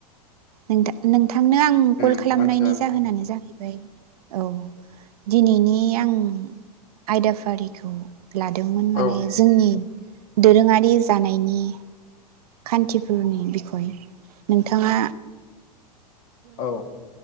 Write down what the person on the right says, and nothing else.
नोंथा नों थांनो आं कल
खालामनायनि
जाहोनानो जाहै औ दिनैनि आं आयदाफारिखौ। लादोंमोन
माने जोंनि। दोरोङारि जानायनि खान्थिफोरनि बिखय नोंथाङा